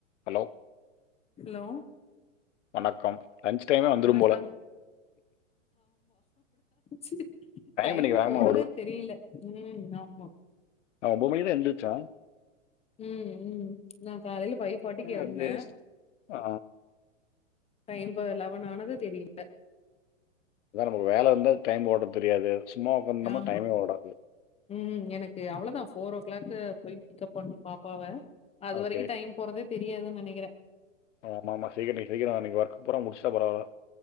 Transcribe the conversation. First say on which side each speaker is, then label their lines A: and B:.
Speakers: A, on the left; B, on the left.
A: Hello
B: hello
A: வணக்கம் lunch டைமே வந்துரும்
B: வணக்கம்.
A: போல
B: சரி டைம்
A: இன்னைக்கு வேகமாக
B: போறதே தெரியல உம் ஆமா
A: நா ஒம்போது மணிக்குதா எந்திர்ச்சே
B: உம் உம் நா காலையில ஃபைவ் ஃபார்ட்டிக்கு எழுந்தே
A: அப்படியே ஆ,
B: டைம்ப லவன் ஆனதே தெரியல
A: அதா நமக்கு வேல இருந்தா டைம் ஓட்றது தெரியாது சும்மா உக்காந்தம்னா
B: ஆமா.
A: டைமே ஓடாது
B: ம் எனக்கு அவ்வளோதா ஃபோர் ஓ க்ளாக்கு போய் பிக்கப் பண்னு பாப்பாவ அது
A: ஓகே
B: வரைக்கு டைம் போறதேத் தெரியாதுன்னு நெனைக்கிறே
A: ஆமா ஆமா சீக்கட்டி சீக்கிரோ இன்னக்கி ஒர்க் பூரா முடிச்சிட்டா பரவால